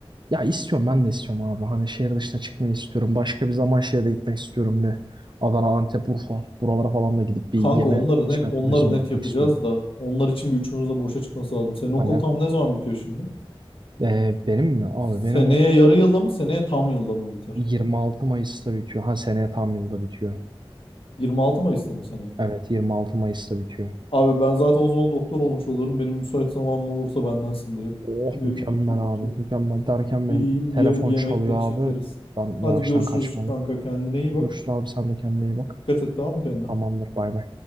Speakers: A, on the right; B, on the left.
A: Ya istiyorum ben de istiyorum abi. Hani şehir dışına çıkmayı istiyorum. Başka bir zaman şehre gitmek istiyorum bir. Adana, Antep, Urfa. Buralara falan da gidip bir
B: Kanka
A: yeme
B: onları
A: içme
B: net, onları
A: turizmi
B: net
A: yapmak
B: yapacağız
A: istiyorum.
B: da onlar için bir üçümüz de boşa çıkması lazım. Senin okul
A: Hani
B: tam ne zaman bitiyor şimdi?
A: e, benim mi? Abi
B: Seneye
A: benim okul
B: yarı yılda mı? Seneye tam yılda mı biter?
A: 26 Mayıs'ta bitiyor. Ha seneye tam yılda bitiyor.
B: 26 Mayıs'ta mı seneye?
A: Evet 26 Mayıs'ta bitiyor.
B: Abi ben zaten o zaman doktor olmuş olurum. Benim müsait zamanım olursa bendensin direkt.
A: Oh
B: Bir,
A: mükemmel
B: bir tur,
A: abi.
B: tur-
A: Mükemmel derken
B: bir
A: benim telefon
B: ye-
A: çalıyor
B: yemekleri
A: abi.
B: çekeriz.
A: Ben
B: Hadi
A: yavaştan
B: görüşürüz
A: kaçmalıyım.
B: kanka kendine iyi bak.
A: Görüşürüz abi sen de kendine iyi bak.
B: Dikkat et tamam mı kendine?
A: Tamamdır bay bay.